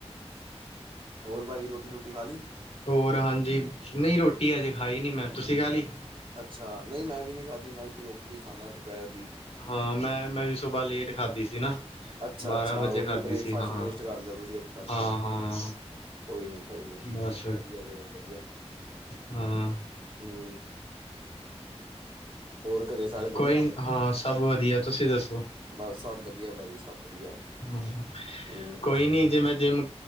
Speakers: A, on the right; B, on the left.
A: ਹੋਰ ਬਾਈ, ਰੋਟੀ-ਰੁਟੀ ਖਾਲੀ?
B: ਹੋਰ, ਹਾਂਜੀ ਨਹੀਂ ਰ੍ਹੋਟੀ ਅਜੇ ਖਾਈ ਨੀ ਮੈਂ, ਤੁਸੀਂ ਖਾ ਲਈ?
A: ਅੱਛਾ, ਨਹੀਂ ਮੈਂ ਵੀ ਨਹੀਂ ਖਾਧੀ, ਮੈਂ ਵੀ ਰੁੱਕਕੇ ਹੀ ਖਾਂਨਾ ਦੁਪਹਿਰ ਦੀ।
B: ਹਾਂ, ਮੈਂ-ਮੈਂ ਵੀ ਸੁਬ੍ਹ‌ਾ ਲੇਟ ਖਾਧੀ ਸੀ ਨਾ।
A: ਅੱਛਾ-ਅੱਛਾ,
B: ਬਾਰਾਂ ਵਜੇ
A: ਓਹੀ
B: ਖਾਧੀ
A: ਬ੍ਰੇਕਫਾਸਟ
B: ਸੀ ਹਾਂ।
A: ਲੇਸਟ ਕਰਦੇ ਓ ਤੁਸੀਂ, ਅੱਛਾ-ਅੱਛਾ।
B: ਹਾਂ-ਹਾਂ
A: ਕੋਈ ਨੀ, ਕੋਈ ਨੀ।
B: ਬਸ
A: ਵਧੀਆ, ਚਲੋ ਵਧੀਆ।
B: ਹਾਂ।
A: ਹੂੰ ਹੋਰ ਘਰੇ ਸਾਰੇ ਵਧੀਆ
B: ਕੋਈ, ਹਾਂ, ਸਭ ਵਧੀਆ। ਤੁਸੀਂ ਦੱਸੋ?
A: ਬਸ, ਸਭ ਵਧੀਆ ਭਾਜੀ ਸਭ ਵਧੀਆ।
B: ਹੂੰ,
A: ਹੂੰ
B: ਕੋਈ ਨੀ‌ ਜੇ‌ ਮੈਂ ਜਿੰਮ